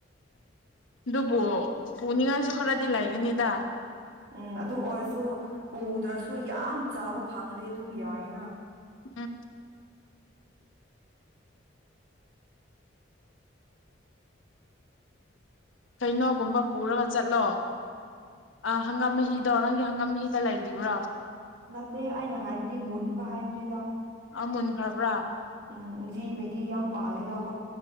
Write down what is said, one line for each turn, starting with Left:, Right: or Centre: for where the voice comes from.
Left: ꯑꯗꯨꯕꯨ ꯄꯨꯅꯤꯡꯉꯥꯏꯁꯨ ꯈꯔꯗꯤ ꯂꯩꯒꯅꯤꯗ
Right: ꯎꯝ ꯑꯗꯨ ꯑꯣꯏꯔꯁꯨ ꯄꯨꯗ꯭ꯔꯁꯨ ꯌꯥꯝ ꯆꯥꯕ ꯐꯪꯦ ꯑꯗꯨ ꯇꯝ ꯌꯥꯏꯅ
Left: ꯎꯝ ꯀꯩꯅꯣꯒꯨꯝꯕ ꯄꯨꯔꯒ ꯆꯠꯂꯣ ꯑ ꯍꯪꯒꯥꯝ ꯃꯍꯤꯗꯧꯔꯪꯒꯤ ꯍꯪꯒꯥꯝꯍꯤꯗ ꯂꯩ ꯌꯈꯤꯕ꯭ꯔꯣ
Right: ꯅꯠꯇꯦ ꯑꯩꯅ ꯍꯥꯏꯕꯗꯤ ꯃꯨꯟꯕ ꯍꯥꯏꯕꯅꯤꯗ
Left: ꯑꯥ ꯃꯨꯟꯈ꯭ꯔꯕ꯭ꯔꯥ
Right: ꯎꯝ ꯖꯤ ꯃꯦꯗꯤ ꯌꯥꯝ ꯌꯥꯝ ꯄꯥꯂꯦꯒ <unintelligible>